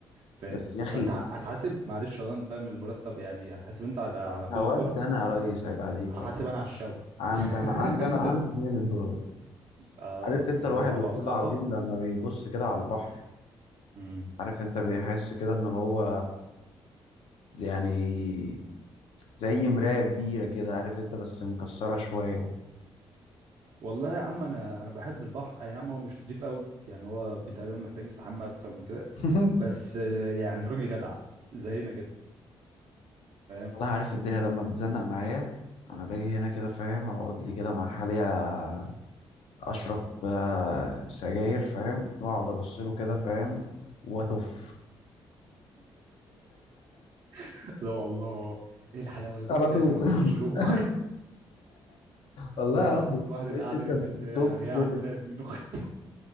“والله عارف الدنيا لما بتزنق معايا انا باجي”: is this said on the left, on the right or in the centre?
Left